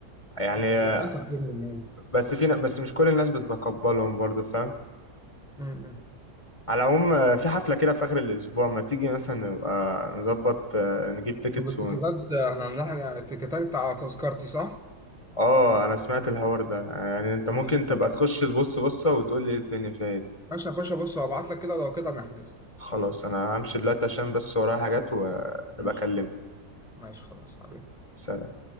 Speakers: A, on the left (about 25°); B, in the centre.
A: يعني
B: للاسف
A: آه،
B: غير الجمهور.
A: بس في ن- بس مش كل الناس بتتقبلهم برضو فاهم
B: م- م.
A: على العموم آه، في حفلة كده في آخر الأسبوع ما تيجي مثلا نبقى نظبط آه، نجيب تيكتس
B: طب التيكيتات احنا عندنا التيكيتات على تذكرتي صح؟
A: اه انا سمعت الحوار ده يعني انت
B: ماشي
A: ممكن تبقى
B: خلاص
A: تخش تبص بصة وتقول لي ايه الدنيا فيها ايه
B: ماشي هخش ابص وابعت لك كده لو كده نحجز
A: خلاص انا همشي دلوقتي عشان بس ورايا حاجات وابقى
B: ماشي
A: اكلمك
B: خلاص ماشي خلاص حبيبي
A: سلام